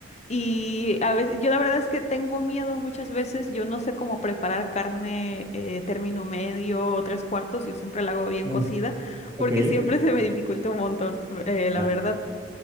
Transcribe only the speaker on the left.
y a veces yo la verdad es que tengo miedo muchas veces. Yo no sé cómo preparar carne eh, término medio o tres cuartos. Yo siempre la hago bien
cocida
porque siempre se me dificulta un montón, eh, la
verdad